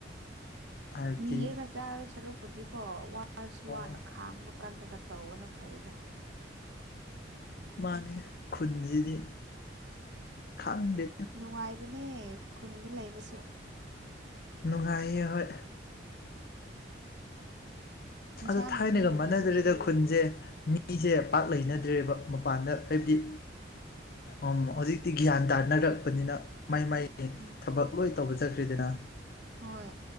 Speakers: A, on the left; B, on the right.
A: ꯍꯥꯏꯕꯗꯤ
B: ꯅꯤꯔꯒ ꯆꯥꯔ ꯁꯔꯨꯛꯄꯨꯗꯤꯀꯣ ꯋꯥꯔꯁꯨ
A: ꯍꯣꯏ
B: ꯋꯥꯅ ꯈꯥꯡꯕ ꯀꯟꯂꯒ ꯇꯧꯕꯅ ꯐꯩꯗꯥ
A: ꯃꯥꯅꯦ ꯈꯨꯟꯖꯤꯗꯤ ꯈꯪꯗꯦ
B: ꯅꯨꯡꯉꯥꯏꯕꯅꯦ ꯈꯨꯟꯗ ꯂꯩꯕꯁꯨ
A: ꯅꯨꯡꯉꯥꯏꯌꯦ ꯍꯣꯏ
B: ꯏꯟꯁꯥꯡ
A: ꯑꯗꯣ ꯊꯥꯏꯅꯒ
B: ꯅꯥꯄꯤꯒꯨꯝꯕꯁꯤꯁꯨ
A: ꯃꯥꯟꯅꯗꯔꯦꯗ ꯈꯨꯟꯖꯦ ꯃꯤꯁꯦ ꯄꯥꯛ ꯂꯩꯅꯗ꯭ꯔꯦꯕ ꯃꯄꯥꯟꯗ ꯍꯥꯏꯕꯗꯤ ꯑꯣ ꯍꯧꯖꯤꯛꯇꯤ
B: ꯎꯝ
A: ꯒ꯭ꯌꯥꯟ ꯇꯥꯅꯔꯛꯄꯅꯤꯅ ꯃꯥꯏ ꯃꯥꯏ
B: ꯎꯝ
A: ꯊꯕꯛ ꯂꯣꯏ ꯇꯧꯕ ꯆꯠꯈ꯭ꯔꯤꯗꯅ
B: ꯍꯣꯏ